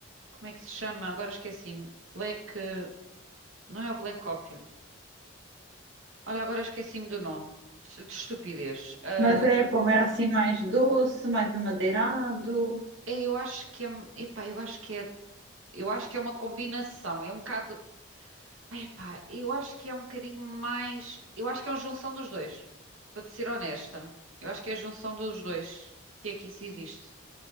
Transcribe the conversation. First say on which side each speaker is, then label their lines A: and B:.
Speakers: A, on the right; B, on the right.
A: como é que se chama? Agora esqueci-me. Black. Não é o Black Opium. Olha, agora esqueci-me do nome. De de estupidez. Ah,
B: Mas era como? Era assim mais doce, mais amadeirado.
A: é, eu acho que é. Epá, eu acho que é. Eu acho que é uma combinação. É um bocado. Ai, pá, eu acho que é um bocadinho mais. Eu acho que é uma junção dos dois. Para te ser honesta. Eu acho que é a junção dos dois. Se é que isso existe.